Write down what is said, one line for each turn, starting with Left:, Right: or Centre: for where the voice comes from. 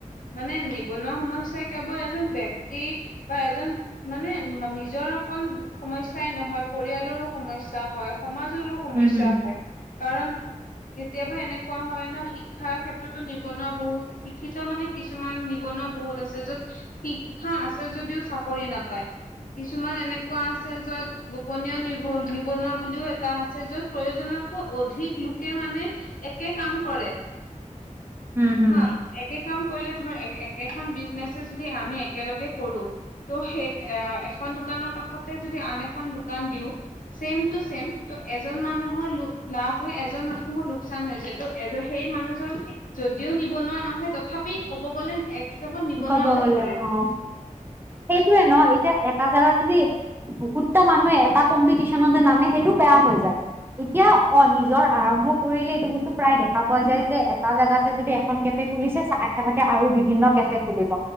Left: মানে নিবনুৱা সমস্যা কেৱল এজন ব্যক্তি বা এজন মানে নিজৰ অকল সমস্যাই নহয় পৰিয়ালৰো সমস্যা হয় সমাজৰো, সমস্যা
Right: উম হুম
Left: হয়। কাৰণ কেতিয়াবা এনেকুৱা হয় ন, শিক্ষাৰ ক্ষেত্ৰতো নিবনুৱা বহু শিক্ষিত মানে কিছুমান নিবনুৱা বহুত আছে য'ত শিক্ষা আছে যদিও চাকৰি নাপায়। কিছুমান এনেকুৱা আছে য'ত, গোপনীয় নিব-নিবনুৱা বুলিও এটা আছে য'ত প্ৰয়োজনতকৈ অধিক লোকে মানে একে কাম কৰে।
Right: হুম, হুম।
Left: হা একে কাম কৰিলে ধৰ, একেখন বিজনেচ যদি আমি একেলগে কৰোঁ ত' সেই এ, এখন দোকানৰ কাষতে যদি আন এখন দোকান দিও ছেম টু ছেম ত' এজন মানুহৰ লোভ লাভ হয়, এজন মানুহৰ লোকচান হয় যিহেতু এজন সেই মানুহজন যদিও নিবনুৱা নহয় তথাপি ক'ব গ'লে এক হিচাপত নিবনুৱাতে
Right: ক'ব গ'লে
Left: পৰে।
Right: অ সেইটোয়ে ন' এতিয়া এটা জেগাত যদি বহুতটা মানুহে এটা কম্পিটিচনতে নামে সেইটোও বেয়া হৈ যায়। এতিয়া অ' নিজৰ আৰম্ভ কৰিলে এইটো বস্তু প্ৰায় দেখা পোৱা যায় যে এটা জেগাতে যদি এখন কেফে খুলিছে, আশে পাশে আৰু বিভিন্ন তে খুলিব,